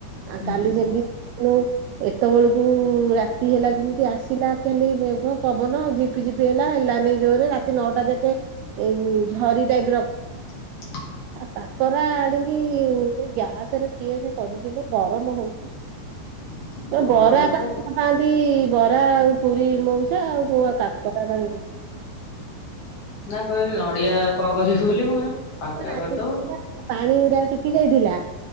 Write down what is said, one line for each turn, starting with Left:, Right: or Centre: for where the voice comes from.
Right: ଆଉ
Left: ହୁଁ।
Right: କାଲି ସେମିତି <unintelligible> ଏତବେଳକୁ ରାତି ହେଲା ଯେମିତି ଆସ ଥିଲା ଖାଲି ମେଘ ପବନ ଝିପି ଝିପି ହେଲା ହେଲାନି ଜୋରରେ ରାତି ନଅଟା ଯାକେ ଏଇ ଝରି ଟାଇପ୍ ର
Left: <inaudible>
Right: ଆଉ କାକରା ଆଣିକି ଗ୍ୟାସ ରେ କିଏ ସେ କରୁଛି ଯଉ ଗରମ ହଉଛି।
Left: <inaudible> ଗରମ
Right: ଏ ବରା ପା
Left: ତ
Right: <unintelligible> ପାଆନ୍ତି ବରା ଆଉ ପୁରୀ ମଉସା ଆଉ କାକରା ତାଙ୍କୁ
Left: ନା କହିଲୁ ନଡିଆ କଣ କରିବୁ ବୋଲି ମୁଁ କାକରା
Right: <unintelligible>
Left: କରିଦବୁ
Right: ପାଣି ଉରା ଶୁଖି ଯାଇଥିଲା।